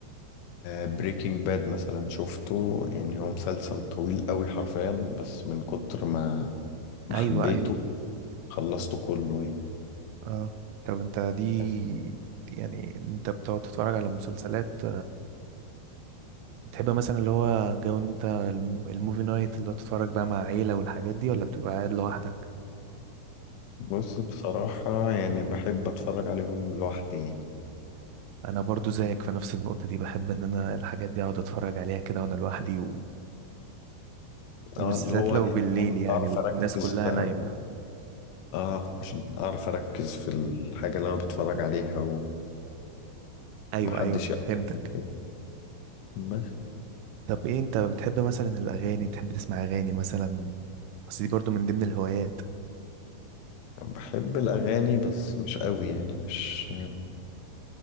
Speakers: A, on the left; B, on the right.
A: بريكنج باد مثلا شفته يعني هو مسلسل طويل قوي حرفيا بس من كتر ما ما
B: ايوه
A: حبيته
B: ايوه
A: خلصته كله
B: اه طب انت دي
A: يعني
B: يعني انت بتقعد تتفرج على مسلسلات بتحب مثلا اللي هو جو ان انت الم- الموفي نايت اللي هو تتفرج بقى مع عيلة والحاجات دي ولا بتبقى قاعد لوحدك
A: بص بصراحة يعني بحب أتفرج عليهم لوحدي يعني
B: انا برضو زيك في نفس النقطة دي بحب ان انا الحاجات دي اقعد اتفرج عليها كده وانا لوحدي و... وبالذات
A: اه اللي هو
B: لو
A: يعني
B: بالليل
A: فاهم،
B: يعني
A: أعرف
B: والناس
A: أركز
B: كلها
A: بقى
B: نايمة
A: و- اه عشان أعرف أركز في الحاجة اللي أنا بتفرج عليها
B: ايوه
A: ومحدش
B: ايوه فهمتك
A: يقطعني كده بس
B: طب ايه انت بتحب مثلا الاغاني بتحب تسمع اغاني مثلا بس دي برضو من ضمن الهوايات
A: بحب الأغاني بس مش قوي يعني مش